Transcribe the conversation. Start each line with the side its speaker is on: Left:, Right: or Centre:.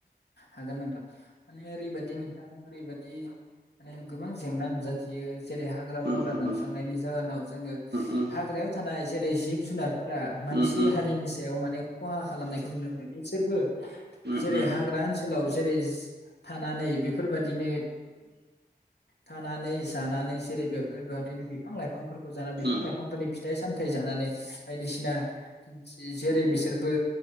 Left: हागोन नोंथां माने ओरैबायदि नोंथां ओरैबा दि माने गोबां जेंना नुजा थियो। जेरै हाग्रा बंग्रा
Right: उम
Left: दानस्रांनायनि जाहोनाव जोङो
Right: उम
Left: हाग्रायाव थानाय जेरै जिब जुनार फोरा मानसि
Right: उम उम उम
Left: हारिनि सायाव माने खहा खालामनायखौ नुनो मोनो बिसोरबो
Right: उम
Left: जेरै
Right: उम
Left: हाग्रा ओनसोलाव जेरैस थानानै बेफोरबादिनो थानानै जानानै जेरै बेफोरबादिनो बिफां लाइफांफोरखौ जानानै बिफां
Right: उम
Left: लाइफांफोरनि फिथाइ सामथायाइ जानानै बायदिसिना जेरै बिसोरबो